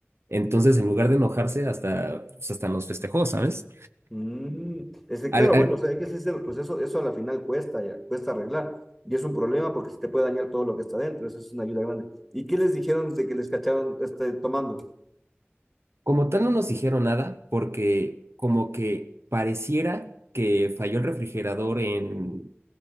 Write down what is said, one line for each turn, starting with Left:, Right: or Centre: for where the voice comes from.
Right: Entonces, en lugar de enojarse, hasta, pues, hasta nos festejó, ¿sabes?
Centre: Mm, Este,
Right: Al-
Centre: claro,
Right: al-
Centre: bueno, o sea, hay que ser sinceros, pues eso, eso a la final cuesta, ya, cuesta arreglar. Y es un problema porque se te puede dañar todo lo que está dentro, eso es una ayuda grande. ¿Y qué les dijeron de que les cacharon este, tomando?
Right: como tal, no nos dijeron nada porque como que pareciera que falló el refrigerador en,